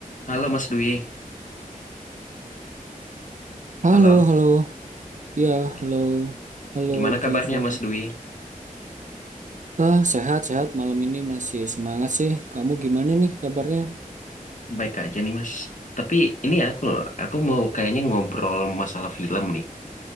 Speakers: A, on the left; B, on the right.
A: Halo Mas Dwi.
B: Halo,
A: Halo.
B: halo. Ya,
A: Eh,
B: halo. Halo,
A: Gimana
B: Giva.
A: kabarnya Mas Dwi?
B: Ah, sehat-sehat. Malam ini masih semangat sih. Kamu gimana nih kabarnya?
A: Baik aja nih Mas. Tapi ini aku aku mau kayaknya ngobrol masalah film nih.